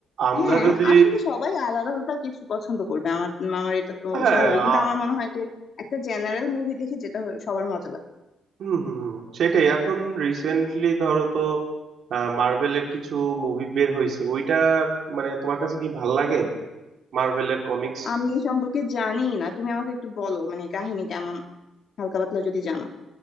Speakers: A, on the right; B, on the left.
A: আমরা
B: হ্যাঁ
A: যদি
B: আসলে সবাই আলাদা আলাদা কিছু পছন্দ করবে আমার আমার এটা তো
A: হ্যাঁ
B: স্বাভাবিক কিন্তু
A: আ-
B: আমার মনে হয় যে একটা জেনারেল মুভি দেখে যেটা হয় সবার মজা লাগে
A: হুম হুম হুম, সেটাই এখন রিসেন্টলি ধরো তো মার্ভেলের কিছু মুভি বের হয়েছে ওইটা মানে তোমার কাছে কি ভাল লাগে মার্ভেলের কমিক্স
B: আমি এই সম্পর্কে জানি না তুমি আমাকে একটু বলো মানে কাহিনী কেমন হালকা পাতলা যদি জানো